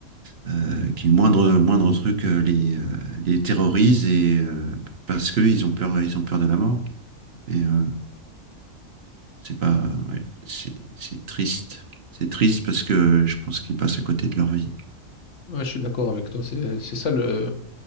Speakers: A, on the right (about 50°); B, on the left (about 65°).
A: euh, euh, qui le moindre, moindre truc euh, les, euh, les terrorise et euh, parce que ils ont peur, ils ont peur de la mort. Mais euh, c'est pas, ouais, c'est c'est triste. C'est triste parce que je pense qu'ils passent à côté de leur vie.
B: Ouais, je suis d'accord avec toi. C'est c'est ça le,